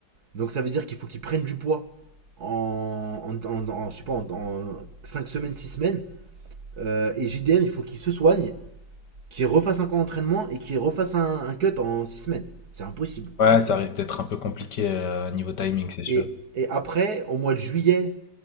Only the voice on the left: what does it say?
Ouais, ça risque d'être un peu compliqué euh, niveau timing, c'est sûr.